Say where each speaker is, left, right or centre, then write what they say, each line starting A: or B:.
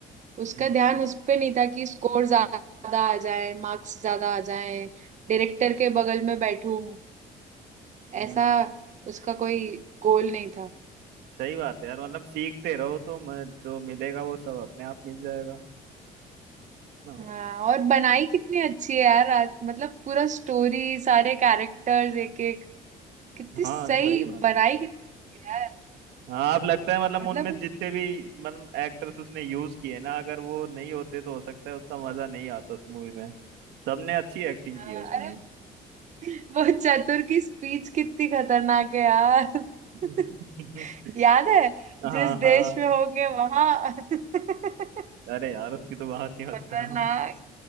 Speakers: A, on the right; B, on the right.
A: उसका
B: हम्म
A: ध्यान उस पे नहीं था कि स्कोर ज्यादा आ जाए मार्क्स ज्यादा आ जाए डायरेक्टर के बगल में बैठूं
B: हम्म
A: ऐसा उसका कोई गोल नहीं था
B: सही बात है यार मतलब सीखते रहो तो मैं जो मिलेगा वो सब अपने आप मिल जाएगा ना
A: हाँ और बनाई कितनी अच्छी है यार आज- मतलब पूरा स्टोरी सारे कैरेक्टर्स एक एक कितनी
B: हाँ
A: सही
B: सही बात
A: बनाई
B: है
A: कितनी अच्छी है यार
B: हाँ आप लगता है मतलब
A: मतलब
B: उनमें
A: वो-
B: जितने भी मतलब एक्टर्स उसने यूज किए ना अगर वो नहीं होते तो हो सकता है उतना मजा नहीं आता उस मूवी में सबने अच्छी एक्टिंग
A: हाँ,
B: की है उसमें
A: अरे <laughs> वो चतुर की स्पीच कितनी खतरनाक है यार
B: <laughs>
A: <laughs> याद है
B: हाँ
A: जिस देश
B: हाँ
A: में होंगे वहां <laughs>
B: अरे यार उसकी तो बात ही मत
A: खतरनाक
B: करो